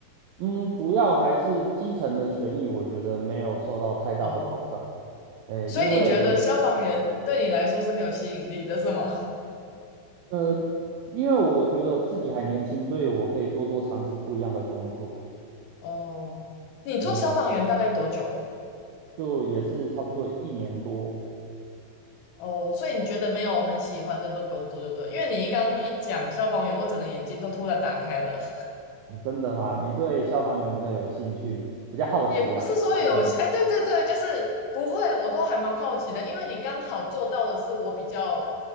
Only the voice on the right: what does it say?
嗯，主要还是基层的权益，我觉得没有受到太大的保障。
诶，
因为我
呃，因为我觉得我自己还年轻，所以我可以多多尝试不一样的工作。
诶，就也是差不多一年多。
真的吗？你对消防员比较有兴趣，比较好奇啊？
他们呢